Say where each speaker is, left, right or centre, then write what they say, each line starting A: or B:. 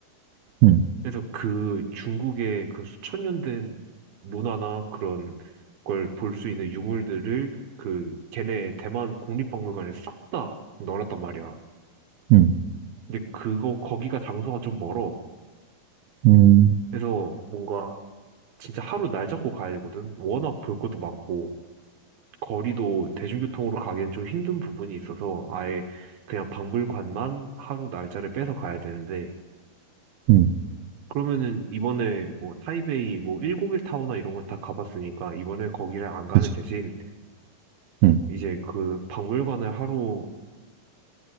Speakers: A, on the right; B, on the right.
A: 음,
B: 그래서 그 중국의 그 수천 년 된 문화나 그런 걸 볼 수 있는 유물들을 그 걔네 대만 국립박물관에 싹 다 넣어놨단 말이야.
A: 음,
B: 근데 그거 거기가 장소가 좀 멀어.
A: 음,
B: 그래서 뭔가 진짜 하루 날 잡고 가야 되거든. 워낙 볼 것도 많고 거리도 대중교통으로 가기엔 좀 힘든 부분이 있어서 아예 그냥 박물관만 하루 날짜를 빼서 가야 되는데
A: 음,
B: 그러면은 이번에 뭐 타이베이 뭐 1 0일 타워나 이런 건 다 가봤으니까 이번에 거기를 안 가는
A: 그치.
B: 대신
A: 음,
B: 이제 그 박물관을 하루